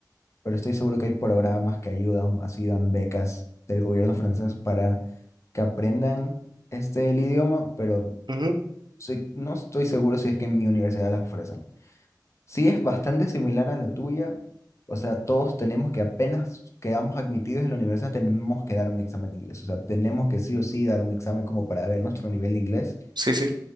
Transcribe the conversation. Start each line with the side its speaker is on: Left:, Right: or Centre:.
Left: pero estoy seguro que hay programas que ayudan, así dan becas del gobierno francés para que aprendan este el idioma, pero
Right: Ujú,
Left: soy- no estoy seguro si es que en mi universidad las ofrecen. Sí es bastante similar a la tuya, o sea, todos tenemos que apenas quedamos admitidos en la universidad, tenemos que dar un examen de inglés, o sea, tenemos que sí o sí dar un examen como para ver nuestro nivel de inglés.
Right: Sí, sí,